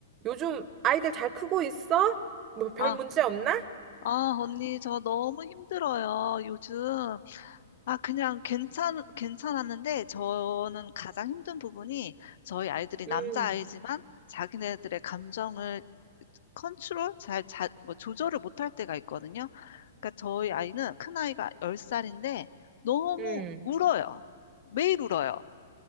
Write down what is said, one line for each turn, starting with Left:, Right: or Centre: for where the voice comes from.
Right: 요즘 아이들 잘 크고 있어? 뭐 별
Left: 아,
Right: 문제 없나?
Left: 아, 언니, 저 너무 힘들어요, 요즘. 아, 그냥 괜찮, 괜찮았는데, 저는 가장 힘든 부분이 저희 아이들이 남자아이지만
Right: 음,
Left: 자기네들의 감정을 컨트롤, 잘, 자, 뭐, 조절을 못할 때가 있거든요. 그러니까 저희 아이는 큰아이가 10살인데 너무
Right: 음.
Left: 울어요. 매일 울어요.